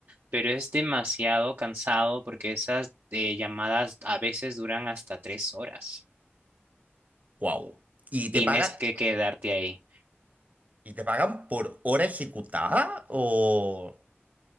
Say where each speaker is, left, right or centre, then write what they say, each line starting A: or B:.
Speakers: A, on the right; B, on the right.
A: pero es demasiado cansado porque esas eh, llamadas a veces duran hasta tres horas.
B: Wow. ¿Y te
A: Tienes
B: pagan,
A: que quedarte ahí.
B: y te pagan por hora ejecutada o,